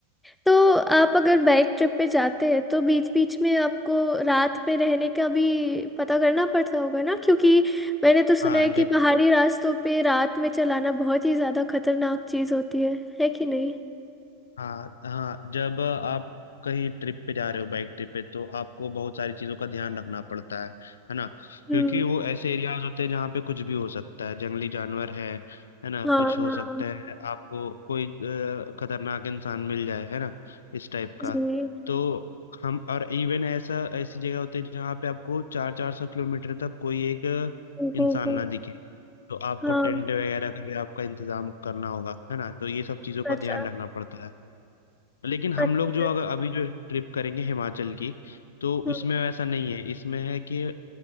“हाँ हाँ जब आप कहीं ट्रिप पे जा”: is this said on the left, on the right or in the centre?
Left